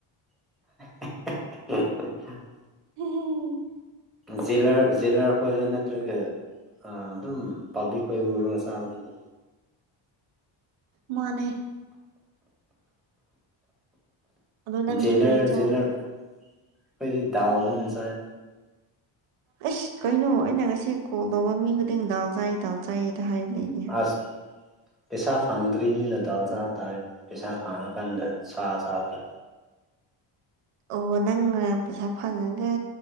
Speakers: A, in the centre; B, on the right.
A: <unintelligible>
B: <unintelligible>
A: ꯖꯤꯂꯔ ꯖꯦꯂꯔ ꯈꯣꯏꯔ ꯅꯠꯇ꯭ꯔꯒ ꯑꯥ ꯗꯨꯝ ꯄꯥꯕ꯭ꯂꯤꯛ ꯍꯣꯏꯕꯨꯔꯣ ꯆꯥꯕꯗꯨꯕꯨ
B: ꯃꯥꯅꯦ ꯑꯗꯣ ꯅꯪꯗꯤ
A: ꯖꯦꯂꯔ
B: ꯀꯔꯤ ꯆꯥ
A: ꯖꯦꯂꯔ ꯈꯣꯏꯗꯤ ꯗꯥꯜ ꯑꯣꯏꯅ ꯆꯥꯢ
B: ꯑꯩꯁ ꯀꯩꯅꯣ ꯑꯩꯅ ꯉꯁꯤ ꯀꯣꯜ ꯇꯧꯕ ꯃꯤ ꯈꯨꯗꯤꯡ ꯗꯥꯜ ꯆꯥꯏ ꯗꯥꯜ ꯆꯥꯏ ꯉꯥꯛꯇ ꯍꯥꯏꯔ ꯂꯩꯅꯤ
A: <unintelligible> ꯄꯩꯁꯥ ꯐꯪꯗ꯭ꯔꯤꯝꯅꯤꯅ ꯗꯥꯜ ꯆꯥꯕ ꯇꯥꯔꯦꯅꯦ ꯄꯩꯁꯥ ꯐꯪꯉꯀꯥꯟꯗ ꯁꯥ ꯆꯥꯕ ꯇꯥ
B: ꯑꯣ ꯅꯪꯅ ꯄꯩꯁꯥ ꯐꯪꯉꯒ